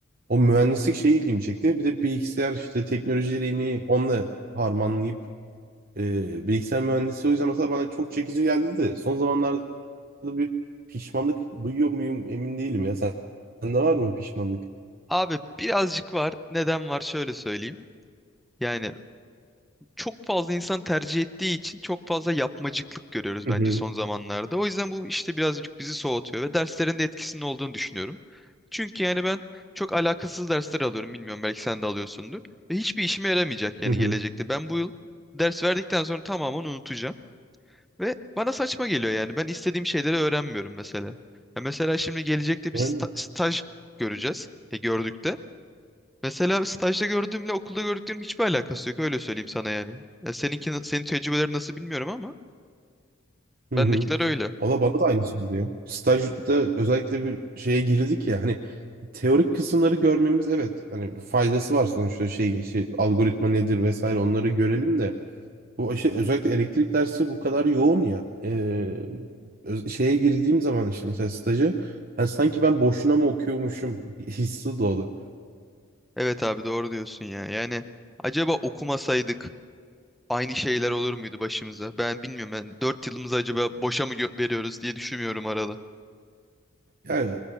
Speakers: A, on the right; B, in the centre.
A: O mühendislik şey ilgimi çekti. Bir de bilgisayar işte teknolojilerini onunla harmanlayıp e, bilgisayar mühendisliği o yüzden mesela bana çok çekici geldi de son zamanlarda bir pişmanlık duyuyor muyum emin değilim ya. Sen, sende var mı pişmanlık?
B: Abi birazcık var. Neden var şöyle söyleyeyim. Yani çok fazla insan tercih ettiği için çok fazla yapmacıklık görüyoruz
A: Hı
B: bence
A: hı.
B: son zamanlarda. O yüzden bu işte birazcık bizi soğutuyor ve derslerin de etkisinin olduğunu düşünüyorum. Çünkü yani ben çok alakasız dersler alıyorum. Bilmiyorum belki sen de alıyorsundur. Ve hiçbir işime yaramayacak yani
A: Hı hı.
B: gelecekte. Ben bu yıl ders verdikten sonra tamamen unutacağım. Ve bana saçma geliyor yani. Ben istediğim şeyleri öğrenmiyorum mesela. Ya mesela şimdi gelecekte bir
A: Yani.
B: sta- staj göreceğiz. E gördük de. Mesela stajda gördüğümle okulda gördüklerim hiçbir alakası yok. Öyle söyleyeyim sana yani. Ya seninki, senin tecrübeleri nasıl bilmiyorum ama
A: Hı
B: bendekiler
A: hı.
B: öyle.
A: Valla bana da aynısı oluyor. Stajda özellikle bir şeye girdik ya hani teorik kısımları görmemiz evet hani faydası var sonuçta şey işte algoritma nedir vesaire onları görelim de bu işte özellikle elektrik dersi bu kadar yoğun ya Ee, öz- şeye girdiğim zaman işte mesela stajı yani sanki ben boşuna mı okuyormuşum hissi doğdu.
B: Evet abi doğru diyorsun ya. Yani acaba okumasaydık aynı şeyler olur muydu başımıza? Ben bilmiyorum. Ben 4 yılımızı acaba boşa mı gö- veriyoruz diye düşünüyorum arada.
A: Ya